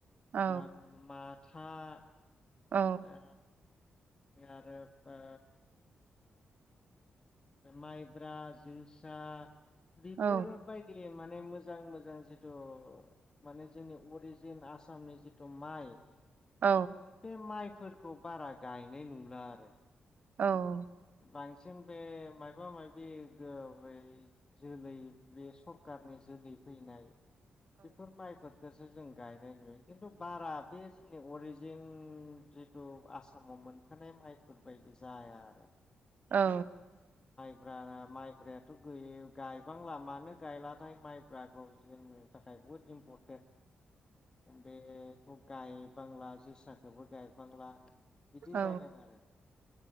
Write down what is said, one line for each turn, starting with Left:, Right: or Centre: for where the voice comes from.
Right: औ
Left: आ मा था आ
Right: औ
Left: आरो ओ माइब्रा जोसा बेफोरबायदि
Right: औ
Left: माने मोजां मोजां मोजां जिथु माने जोंनि अरिजिन आसामनि जिथु माइ
Right: औ
Left: बे माइ फोरखौ बारा गायनाय नुला आरो
Right: औ
Left: बांसिन बे माबा माबि जोलै बे सरखारारनि जोलै फैनाय बिफोर माइफोरसो जों गायनाय नुयो। खिन्थु बारा बे जोंनि अरिजिन जों जितु आसामाव मोनखानाय माइफोरबायायदि जाया आरो
Right: औ
Left: ब माइब्रायाथ' गय गायबांला मानो गायलाथाय माइब्राखौ जोंनि थाखाय बुहुद इम्परटेन्ट बेखौ गायबांला जोसाखौबो गायबांला बिदि
Right: औ
Left: जादों आरो